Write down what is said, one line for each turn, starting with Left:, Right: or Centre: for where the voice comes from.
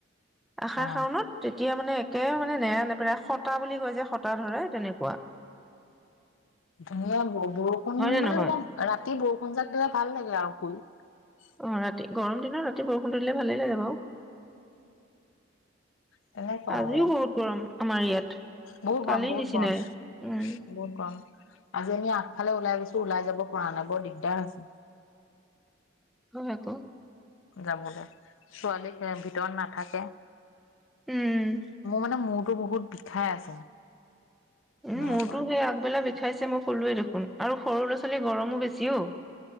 Centre: আশাৰ
Left: অ
Centre: শাওনত তেতিয়া মানে একে মানে নেৰা নপেৰা সতা বুলি কয় যে সতা ধৰে তেনেকুৱা
Left: ন <unintelligible> বৰষুণ
Centre: হয় নে
Left: মানে
Centre: নহয়
Left: মই ৰাতি বৰষুণ যাক দিলে ভাল লাগে আৰু শুই
Centre: অ', ৰাতি গৰম দিনত ৰাতি বৰষুণ দিলে ভালেই লাগে বাৰু
Left: তেনেকুৱা
Centre: আজিও
Left: আৰু
Centre: বহুত গৰম আমাৰ ইয়াত
Left: বহুত
Centre: কালি
Left: গৰম বহুত
Centre: নিচিনাই
Left: গৰম
Centre: উম
Left: বহুত গৰম। আজি আমি আগফালে ওলাই গৈছো ওলাই যাব পৰা নাই বৰ দিগদাৰ হৈছে
Centre: হয় ক
Left: যামোলে ছোৱালী ভিতৰত নাথাকে
Centre: উম,
Left: মোৰ মানে মোৰ টো বহুত বিষাই আছে
Centre: উম
Left: ধৰিব
Centre: মূৰটো
Left: পৰা নাই
Centre: হে আগবেলা ব খায়ছে মই ক'লোৱে দেখোন আৰু সৰু ল' ছোৱালীৰ গৰমো বেছি অ'।